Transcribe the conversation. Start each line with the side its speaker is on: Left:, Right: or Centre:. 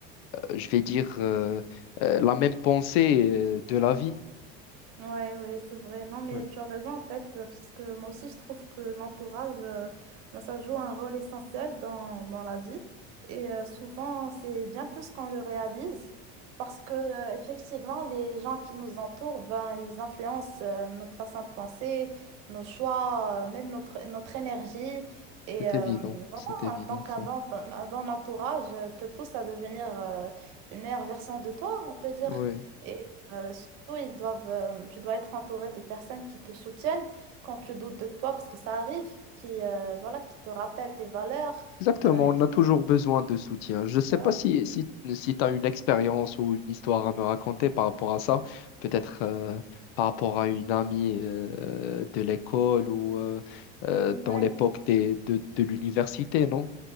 Left: je vais dire euh, euh, la même pensée euh, de la vie.
Right: Ouais, ouais, c'est vrai. Non, mais
Left: Oui,
Right: tu as raison en fait, euh, parce que moi aussi je trouve que l'entourage, euh, ben, ça joue un rôle essentiel dans, dans la vie. Et euh, souvent, c'est bien plus qu'on le réalise, parce que euh, effectivement, les gens qui nous entourent, ben, ils influencent euh, notre façon de penser, nos choix, euh, même notre, notre énergie. Et
Left: c'est
Right: euh,
Left: évident,
Right: voilà,
Left: c'est évident,
Right: donc
Left: ça.
Right: un bon, un bon entourage euh, te pousse à devenir euh, une meilleure version de toi, on peut dire.
Left: Oui,
Right: Euh, surtout, ils doivent, euh, tu dois être entouré de personnes qui te soutiennent quand tu doutes de toi, parce que ça arrive, qui, euh, voilà, qui te rappellent tes valeurs,
Left: Exactement,
Right: euh, qui...
Left: on a toujours besoin de soutien. Je ne sais
Right: Ah,
Left: pas si, si, si tu as une expérience ou une histoire à me raconter par rapport à ça, peut-être euh, par rapport à une amie euh, de l'école ou euh, euh,
Right: Ouais.
Left: dans l'époque des- de, de l'université, non?